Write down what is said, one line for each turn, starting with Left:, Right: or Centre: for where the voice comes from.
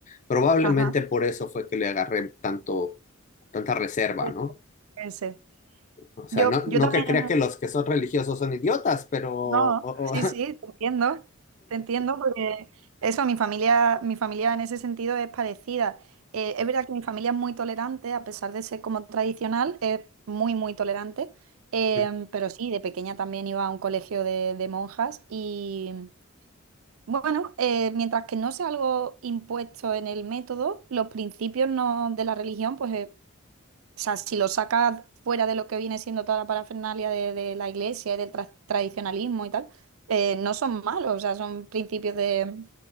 Left: Probablemente
Right: ajá,
Left: por eso fue que le agarré tanto, tanta reserva,
Right: puede
Left: ¿no?
Right: puede ser.
Left: O sea,
Right: Yo,
Left: no,
Right: yo
Left: no
Right: también,
Left: que crea que los que son religiosos son idiotas, pero... o-
Right: no,
Left: o-
Right: sí, sí, te entiendo, te entiendo porque eso, mi familia, mi familia en ese sentido es parecida. Eh, es verdad que mi familia es muy tolerante, a pesar de ser como tradicional, es muy, muy tolerante. Eh,
Left: <laughs>
Right: pero sí, de pequeña también iba a un colegio de, de monjas y bueno, eh, mientras que no sea algo impuesto en el método, los principios no, de la religión, pues eh, O sea, si lo sacas fuera de lo que viene siendo toda la parafernalia de, de la iglesia y del tra- tradicionalismo y tal, eh, no son malos, o sea, son principios de,